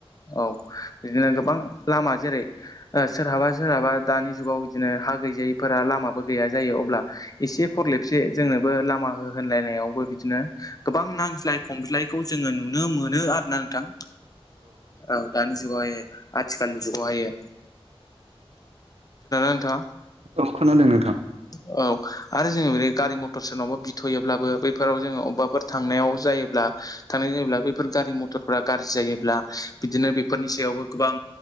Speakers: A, on the left; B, on the right.
A: औ बिदिनो गोबां लामा जेरै ओ सोरहाबा सोरहाबा दानि जुगाव बिदिनो हा गैजायिफोरा लामाबो गैया जायो अब्ला एसे खरलेबसे जोंनोबो लामा हो होनलायनायावबो बिदिनो गोबां नांज्लाय खमज्लायखौ जोङो नुनो मोनो आरो ना नोंथां। औ दानि जुगावहाय आथिखालनि जुगावहाय नोंथाङा
B: औ खोनादों नोंथां।
A: औ आरो जोङो बे गारि मथर सोरनावबा बि थ'योब्लाबो बैफोराव जोङो अबबाफोर थांनायाव जायोब्ला। थांनाय जायोब्ला बैफोर गारि मथरफोरा गाज्रि जायोब्ला बिदिनो बेफोरनि सायावबो गोबां